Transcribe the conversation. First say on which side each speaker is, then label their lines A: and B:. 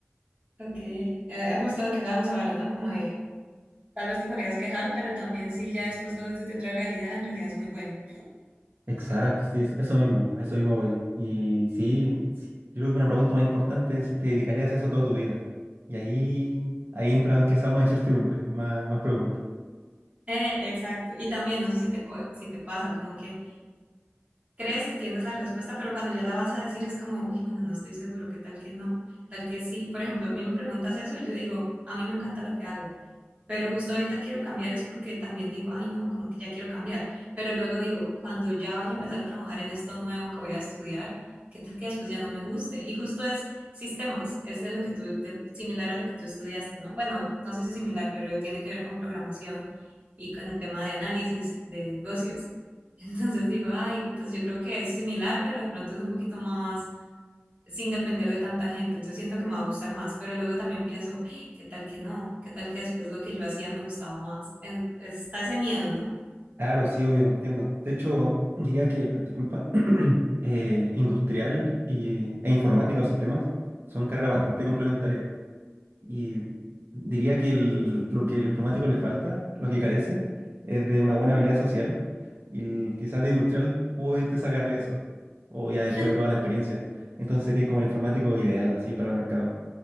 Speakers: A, on the right; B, on the right.
A: Ok, eh, eh, justo lo que hablábamos ahora, ¿no? Como de, tal vez te podrías quejar, pero también si ya después lo ves desde otra realidad, en realidad es muy bueno.
B: Exacto, sí, eso, eso mismo, a eso mismo voy. Y sí, sí, yo creo que una pregunta más importante es, ¿te dedicarías a eso toda tu vida? Y ahí, ahí entran quizás más incertidumbre, más, más preguntas.
A: Eh, exacto. Y también, no sé si te, cu- si te pasa, como que crees que tienes la respuesta, pero cuando ya la vas a decir es como, uy, bueno, no estoy seguro, qué tal que no, qué tal que sí. Por ejemplo, a mí me preguntas eso y yo digo, a mí me encanta lo que hago. Pero justo ahorita quiero cambiar es porque también digo, ay, no, como que ya quiero cambiar. Pero luego digo, cuando ya vaya a empezar a trabajar en esto nuevo que voy a estudiar, ¿qué tal que después ya no me guste? Y justo es sistemas, es de lo que tú, de- similar a lo que tú estudiaste, ¿no? Bueno, no sé si similar, pero tiene que ver con programación y con el tema de análisis de negocios. <laughs> Entonces digo, ay, pues yo creo que es similar, pero de pronto es un poquito más sin depender de tanta gente, entonces siento que me va a gustar más, pero luego también pienso, "Ay, ¿qué tal que no? ¿Qué tal que después lo que yo hacía me gustaba más? Eh, Está ese miedo, ¿no?
B: Claro, sí, obvio, entiendo. De hecho, diría que, per- disculpa, <clears throat> eh, industrial y, e informática o sistemas son carreras bastante complementarias. Y diría que el- lo que el informático le falta, lo que carece, es de una buena habilidad social. Y el- quizás de industrial pudiste sacarle eso, o ya después
A: <laughs>
B: de toda la experiencia. Entonces sería como el informático ideal, así, para el mercado.